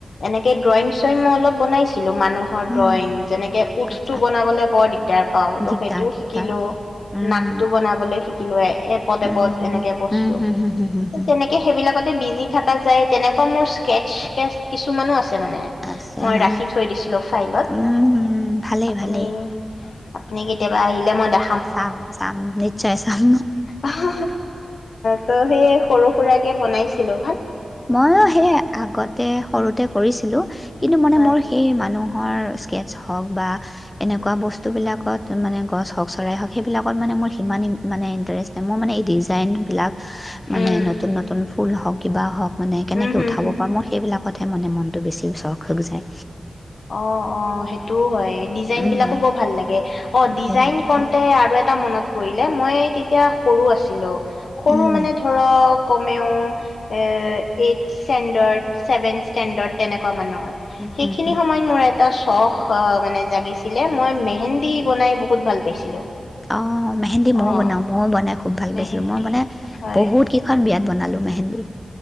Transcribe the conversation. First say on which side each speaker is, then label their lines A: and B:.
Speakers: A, on the left; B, on the left.
A: এনে তে ড্ৰয়িং চ্ৰয়ং মই অলপ বনাইছিলো মানুহৰ
B: উম,
A: ড্ৰয়িং যেনেকে উঠটো
B: আচ্ছা
A: বনাবলে বৰ দিগদাৰ পাওঁ ত
B: দিগদাৰ
A: সেইটোও
B: দিগদাৰ
A: শিকিলো
B: অঁ উম,
A: নাকটো বনাবলৈ কি লুৱাই এপদ
B: উম,
A: এপদ এনেকে বস্তুত
B: উম, হুম, হুম, হুম, হুম, হুম,
A: তেনেকে সেইবিলাকত বিজি থকা যায়, তেনেকুৱা মোৰ স্কেটছ কেছ-কিছুমানো আছ <unintelligible> মানে
B: আছে
A: মই ৰাখি
B: অঁ
A: থৈ দিছিলোঁ ফাইলত।
B: উম, ভালেই
A: আপুনি,
B: ভালেই
A: আপুনি কেতিয়াবা আহিলে মই দে
B: চাম-চাম, নিশ্চয় চাম।
A: আহ ত' সেইয়ে সৰু সুৰাকে বনাইছিলো।
B: মইয়ো সেইয়া আগতে সৰুত তে কৰিছিলো কিন্তু, মানে
A: হয়
B: মোৰ সেই মানুহ মানুহৰ স্কেটছ হওঁক বা এনেকুৱা বস্তুবিলাকত মানে গছ হওঁক, চৰাই হওঁক, সেইবিলাকত মানে মোৰ সিমান মানে ইণ্টাৰেষ্ট নাই মোৰ মানে এই ডিজাইনবিলাক মানে
A: উম
B: নতুন নতুন ফুল হওঁক, কিবা হওঁক মানে কেনেকে
A: উম হম
B: উঠাব
A: হম।
B: পাও, মই সেইবিলাক কতহে মানে মনটো বেছি চখ হৈক যায়।
A: অ', অ', সেইটোও হয়। ডিজাইন
B: উম,
A: বিলাকো বৰ ভাল লাগে, অ',
B: ভাল
A: ডিজাইন
B: লাগে ভাল
A: কওঁনতে
B: লাগে
A: আৰু এটা মনত পৰিল। এ মই তেতিয়া সৰু আছিলো। সৰু
B: উম,
A: মানে ধৰক কমেও এ এইটচ ষ্টেণ্ডাৰ্ড, ছেভেন ষ্টেণ্ডাৰ্ড তেনেকুৱা মানৰ, সেইখ
B: হুম,
A: সেই‌খিনি
B: হুম।
A: সময়ত মোৰ এট এটা চখ মানে জাগিছিলে, মই মেহেন্দী বনাই বহুত ভাল পাইছিলোঁ।
B: অ'। মেহেন্দী ময়ো
A: অ',
B: বনাওঁ, ময়ো বনাই খু খুব ভাল
A: মেহেন্দী
B: পাইছিলোঁ, মই মানে
A: হয়,
B: বহুত কেইখন বিয়াত বনাল লো মেহেন্দী।